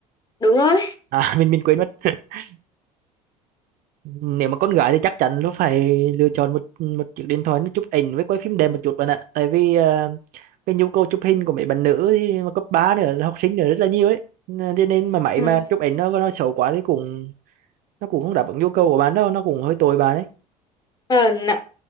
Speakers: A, on the left (about 20°); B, on the right (about 50°).
A: đúng rồi
B: à <laughs> mình mình quên mất <laughs> nếu mà con gái thì chắc chắn nó phải lựa chọn một một chiếc điện thoại nó chụp ảnh với quay phim đẹp một chút bạn ạ tại vì ờ, cái nhu cầu chụp hình của mấy bạn nữ thì mà cấp 3 nữa là học sinh nữa rất là nhiều ấy nên nên mà máy
A: ừ.
B: mà chụp ảnh nó nó xấu quá thì cũng nó cũng không đáp ứng nhu cầu của bạn đâu nó cũng hơi tồi bạn ấy
A: Ờ, nó,